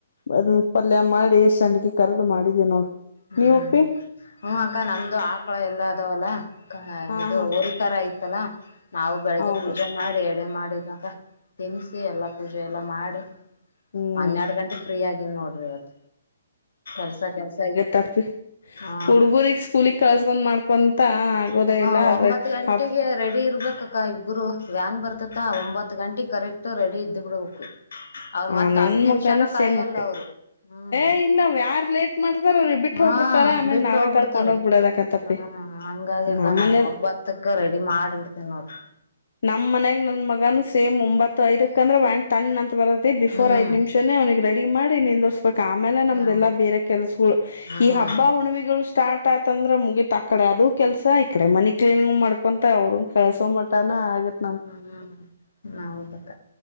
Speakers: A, on the left; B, on the left.
A: ಅದ್ ಪಲ್ಯ ಮಾಡಿ ಸಂಡಗಿ ಕರ್ದು ಮಾಡಿದ್ದ ನೋಡು.
B: ಹ್ಮ್
A: ನೀವಪ್ಪಿ
B: <inaudible> ಹ್ಮ್ ಅಕ್ಕ ನಮ್ದು ಆಕಳ ಎಲ್ಲ ಅದಾವಲ್ಲ
A: ಹಾ
B: ಇದು
A: ಹಾ
B: ಹೋರಿ <unintelligible> ತರ ಐತಲ್ಲಾ ನಾವು ಬೆಳಿಗ್ಗೆ
A: ಹೌದು
B: ಪೂಜೆ ಮಾಡಿ ಎಡೆ ಮಾಡಿದಕ ತಿನ್ನಿಸಿ ಎಲ್ಲಾ ಪೂಜೆ ಎಲ್ಲ ಮಾಡಿ
A: ಹ್ಮ್
B: ಹನ್ನೆರಡ ಗಂಟೆ ಫ್ರೀ ಆಗಿ ನೋಡ್ರಿ ಇವತ್ ಕೆಲ್ಸ ಕೆಲ್ಸ
A: ತಪ್ಪಿ.
B: ಹಾ
A: ಹುಡ್ಗುರಿ ಸ್ಕೂಲಗ್ ಕಳ್ಸ್ಕೊಂಡ್ ಮಾಡ್ಕೊಂತ ಆಗೋದೇ
B: ಹ
A: ಇಲ್ಲ ಅದ್ರಾಗ
B: ಒಂಬತ್ ಗಂಟೆಗೆ
A: ಹ
B: ರೆಡಿ ಇರ್ಬೇಕ ಅಕ್ಕ ಇಬ್ಬರು ವ್ಯಾನ್ ಬರ್ತತ ಒಂಬತ್ತ ಗಂಟೆ ಕರೆಕ್ಟ್ ರೆಡಿ ಇದ್ದು ಬಿಡ್ಬೇಕು ಅವರು
A: ಆ
B: ಮತ್ತ
A: ನನ್
B: ಹತ್ ನಿಮಿಷಾನ
A: ಮಗನು
B: ಕಾಯಿಲ್ಲ
A: ಸೇಮ್ ಅಪ್ಪಿ
B: ಅವ್ರು ಹ್ಮ್
A: ಏ ಇಲ್ಲ ಯಾರ ಲೇಟ್ ಮಾಡ್ತಾರ ಅವ್ರಿಗೆ ಬಿಟ್ಟು
B: ಹಾ
A: ಹೋಗ್ಬಿಡ್ತಾರ ಆಮೇಲೆ
B: ಬಿಟ್ಟು
A: ನಾವೇ
B: ಹೋಗ್ಬಿಡ್ತಾರ
A: ಕರ್ಕೊಂಡ್ ಹೋಗ್ಬಿಡದಕತ್ತಪ್ಪಿ
B: ಹ ಹಂಗಾಗೆ ಅಕ್ಕಾ
A: ನಮ್
B: ನಾನ
A: ಮನೇಲ್
B: ಒಂಬತ್ತ ಅದಕ್ಕ್ ರೆಡಿ ಮಾಡಿ ಬಿಡ್ತೇನ ನೋಡ್ರಿ
A: ನಮ್ ಮನ್ಯಾಗ ನನ್ನ ಮಗನು ಸೇಮ್ ಒಂಬತ್ತು ಐದಕ್ ಅಂದ್ರ ವ್ಯಾನ್ ತಣ್ಣ ಅಂತ ಬರತ್ತ. ಬಿಫೋರ್
B: ಹ್ಮ್
A: ಐದ ನಿಮಿಷೇ ಅವನಿಗೆ ರೆಡಿ ಮಾಡಿ ನಿಂದರಸಿ. ಅದಕ್ ಆಮೇಲೆ ನಮ್ದೆಲ್ಲಾ
B: ಹೌದು
A: ಬೇರೆ ಕೆಲ್ಸಗಳು
B: ಹ್ಮ್
A: ಈ ಹಬ್ಬ ಹುಣ್ಣಿವೆಗಳು. ಸ್ಟಾರ್ಟ್ ಆತಂದ್ರೆ ಮುಗೀತ ಆ ಕಡೆ ಅದು ಕೆಲಸ ಈ ಕಡೆ ಮನಿ ಕ್ಲೀನಿಂಗ್ ಮಾಡ್ಕೊಂತ ಅವ್ರ ಕಲ್ಸೋ ಮಟ್ಟನ ಆಗುತ್ತೆ.
B: ಹ್ಮ್ ಹೌದುಕ್ಕ